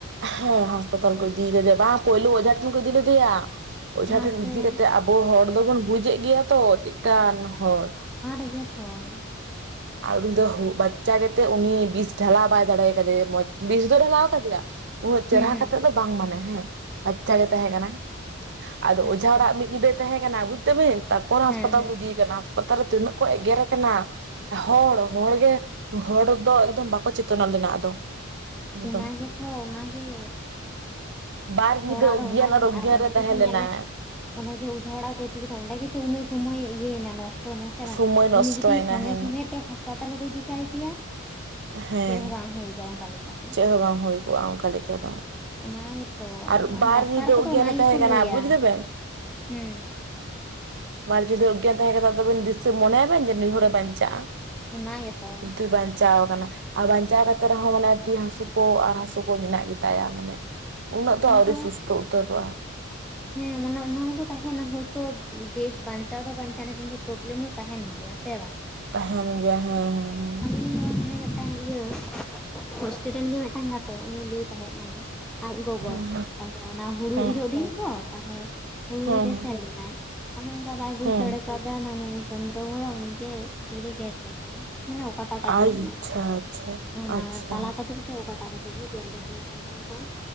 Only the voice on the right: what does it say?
ᱦᱮᱸ ᱦᱟᱸᱯᱟᱛᱟᱞ ᱠᱚ ᱤᱫᱤ ᱠᱟᱫᱮᱭᱟ ᱵᱟᱝ ᱯᱩᱭᱞᱳ ᱚᱡᱷᱟ ᱴᱷᱮᱱ ᱠᱚ ᱤᱫᱤ ᱞᱮᱫᱮᱭᱟ, ᱚᱡᱷᱟ
ᱴᱷᱮᱱ ᱤᱫᱤ ᱠᱟᱛᱮᱜ ᱟᱵᱚ ᱦᱚᱲ ᱫᱚᱵᱚᱱ ᱵᱩᱡ ᱮᱫ ᱜᱮᱭᱟ ᱛᱚ ᱪᱮᱫ ᱞᱮᱠᱟᱱ ᱦᱚᱲ
ᱟᱨ ᱩᱱᱤ ᱫᱚ ᱵᱟᱪᱪᱟ ᱜᱮᱛᱮ ᱩᱱᱤ ᱵᱤᱥ ᱰᱷᱟᱞᱟ ᱵᱟᱭ ᱫᱟᱲᱮ ᱠᱟᱫᱮᱭᱟ ᱢᱚᱸᱡᱽ ᱵᱤᱥ ᱫᱚᱭ ᱰᱷᱟᱞᱟᱣ ᱠᱟᱫᱮᱭᱟ ᱩᱱᱟᱹᱜ
ᱪᱮᱨᱦᱟ
ᱠᱟᱛᱮ ᱫᱚ ᱵᱟᱝ ᱢᱟᱱᱮ ᱦᱮᱸ ᱟᱪᱪᱷᱟ ᱜᱮ ᱛᱟᱦᱮᱸ ᱠᱟᱱᱟ ᱟᱫᱚ
ᱚᱡᱷᱟ ᱚᱲᱟᱜ ᱢᱤᱫ ᱧᱤᱫᱟᱹ ᱛᱟᱦᱮᱸ ᱠᱟᱱᱟ ᱵᱩᱡ ᱫᱟᱵᱮᱱ ᱛᱟᱨᱯᱚᱨ
ᱦᱟᱸᱥᱯᱟᱛᱟᱞ
ᱠᱚ ᱤᱫᱤᱭᱮᱠᱟᱱᱟ ᱦᱟᱸᱥᱯᱟᱛᱟᱞ ᱨᱮ ᱛᱤᱱᱟᱹᱜ ᱠᱚ ᱮᱜᱮᱨᱮ ᱠᱟᱱᱟ, ᱦᱚᱲ ᱦᱚᱲ ᱜᱮ ᱦᱚᱲ ᱫᱚ ᱮᱠᱫᱚᱢ ᱵᱟᱠᱚ ᱪᱮᱛᱱᱟᱹᱜ ᱞᱮᱱᱟ ᱟᱫᱚ ᱮᱠᱫᱚᱢ
ᱵᱟᱨ ᱧᱤᱫᱟᱹ
ᱚᱜᱽᱜᱮᱭᱟᱱ
ᱚᱜᱽᱜᱮᱭᱟᱱ
ᱨᱮ
ᱛᱟᱦᱮᱸ ᱞᱮᱱᱟᱭ
ᱥᱚᱢᱚᱭ
ᱱᱚᱥᱴᱚᱭᱮᱱᱟ
ᱦᱮᱸ
ᱦᱮᱸ
ᱪᱮᱫ
ᱵᱟᱝ ᱦᱩᱭ ᱠᱚᱜᱼᱟ ᱚᱱᱠᱟ ᱞᱮᱠᱟ ᱫᱚ᱾
ᱟᱨ ᱵᱟᱨ
ᱧᱤᱫᱟᱹ
ᱚᱜᱽᱜᱟᱱᱮ
ᱛᱟᱦᱮᱸ ᱠᱟᱱᱟ
ᱵᱩᱡ ᱫᱟᱵᱮᱱ
ᱵᱟᱨ ᱧᱤᱫᱟᱹ ᱚᱜᱭᱟᱱ ᱛᱟᱦᱮᱸ ᱠᱟᱱᱟ ᱫᱤᱥᱟᱹ ᱢᱚᱱᱮᱭᱟ ᱵᱮᱱ ᱡᱮ ᱱᱩᱭ ᱦᱚᱲᱮ ᱵᱟᱧᱪᱟᱜᱼᱟ᱾
ᱠᱤᱱᱛᱩ ᱵᱟᱧᱪᱟᱣ ᱟᱠᱟᱱᱟ᱾ ᱟᱨ ᱵᱟᱧᱪᱟᱣ ᱠᱟᱛᱮ ᱨᱮᱦᱚᱸ ᱢᱟᱱᱮ ᱛᱤ ᱦᱟᱹᱥᱩ ᱠᱚ ᱟᱨ ᱦᱟᱹᱥᱩ ᱠᱚ ᱢᱮᱱᱟᱜ ᱜᱮᱛᱟᱭᱟ ᱢᱟᱱᱮ ᱩᱱᱟᱹᱜ ᱫᱚ
ᱟᱹᱣᱨᱤ ᱥᱩᱥᱛᱚ ᱩᱛᱟᱹᱨᱚᱜᱼᱟ᱾
ᱛᱟᱦᱮᱱ ᱜᱮᱭᱟ ᱦᱮᱸ ᱦᱮᱸ ᱦᱮᱸ
ᱦᱮᱸ
ᱦᱮᱸ
ᱦᱮᱸ
ᱦᱮᱸ
ᱟᱪᱪᱷᱟ
ᱟᱪᱪᱷᱟ
ᱟᱪᱪᱷᱟ